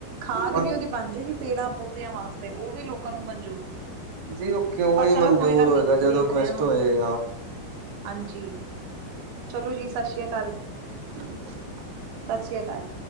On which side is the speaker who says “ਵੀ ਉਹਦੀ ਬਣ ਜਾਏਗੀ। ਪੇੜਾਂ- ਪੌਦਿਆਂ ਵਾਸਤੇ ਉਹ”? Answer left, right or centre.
Right